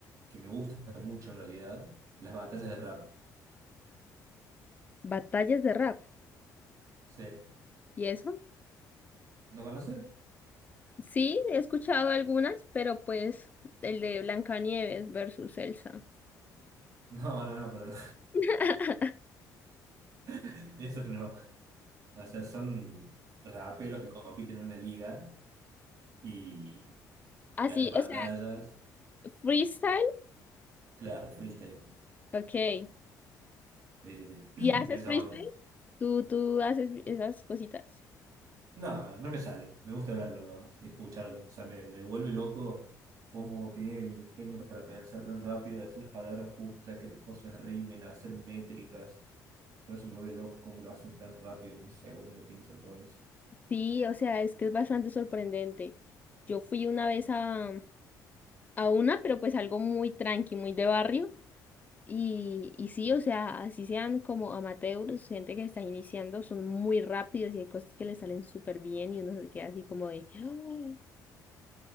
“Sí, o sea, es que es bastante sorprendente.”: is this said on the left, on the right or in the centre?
Left